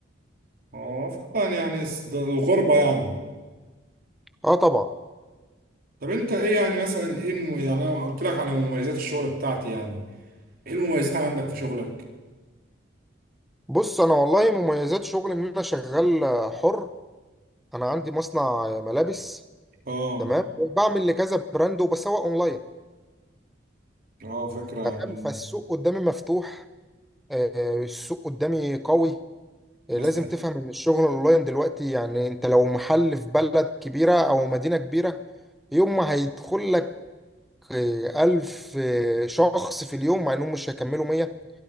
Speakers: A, on the right; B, in the centre.
A: اه فعلا يعني س- ده الغربه يعني
B: اه طبعا
A: طب انت ايه يعني مثلا ايه م- يعني انا قلت لك على مميزات الشغل بتاعتي يعني ايه المميزات عندك في شغلك
B: بص انا والله مميزات شغل ان انا شغال اه، حر انا عندي مصنع ملابس
A: اه
B: تمام بعمل لكذا براند وبسوق اونلاين
A: اه فكرة
B: تمام
A: يعني
B: فالسوق قدامي مفتوح آه، السوق قدامي قوي آه،
A: بس
B: لازم تفهم ان الشغل اونلاين دلوقتي يعني انت لو محل في بلد كبيرة او مدينة كبيرة يوم ما هيدخل لك آه، ألف آه، شخص في اليوم مع انهم مش هيكملوا مية